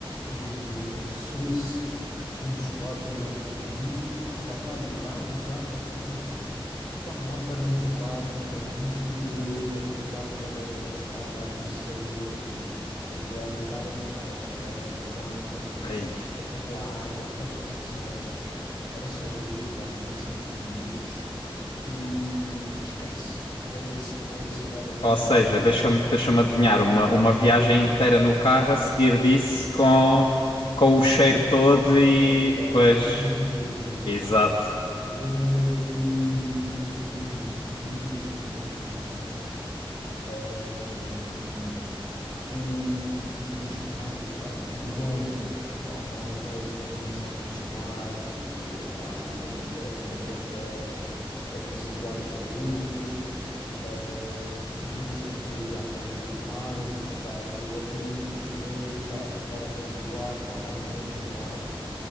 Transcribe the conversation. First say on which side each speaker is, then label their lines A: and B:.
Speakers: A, on the left (about 40°); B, on the left (about 65°).
A: Aí a Júlia passou-se, começou lá a brigar com o miúdo, pá, pá, pá, eu calma, calma, calma. Pá, lá paramos o carro, também muito perigoso, paramos o carro a meio da autoestrada, saímos, ajudar a limpar as, as pernas com água, depois
B: Ei.
A: acabou a água, a próxima estação acho que era só dali a 45 minutos, e, esquece, grande stress, lá brigar
B: Ou
A: com
B: seja,
A: o miúdo.
B: deixa-me deixa-me adivinhar, uma, uma viagem inteira no carro a seguir disso com, com o cheiro todo e...
A: Opa,
B: Pois,
A: tu não imaginas.
B: exato.
A: Então não é que tu nem imaginas. E o miúdo a chorar e a chorar. Ahm, o, o miúdo a chorar, a chorar. O João, pá, o mais velho, começa a consolar, eh, pá, ainda tenta, ainda tenta apaziguar as coisas. Ahm, a Júlia só queria brigar com, com o Carlos, pá, e eu ali entre os dois, pá, a tentar apaziguar, pá, lá entramos no carro,